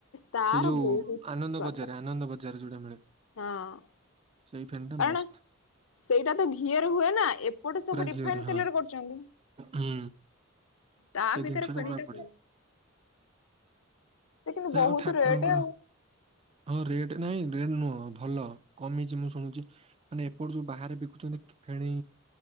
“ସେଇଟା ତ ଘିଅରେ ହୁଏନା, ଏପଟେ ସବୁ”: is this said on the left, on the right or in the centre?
Left